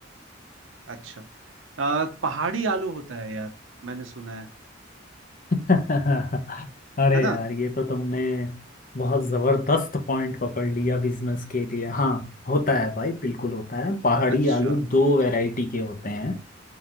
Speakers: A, on the right; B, on the left.
A: अच्छा अ, पहाड़ी आलू होता है यार मैंने सुना है
B: <laughs> अरे
A: है ना
B: यार ये तो तुमने बहुत जबरदस्त पॉइंट पकड़ लिया बिजनेस के लिए हाँ होता है भाई बिल्कुल होता है पहाड़ी
A: अच्छा
B: आलू दो वैरायटी के होते हैं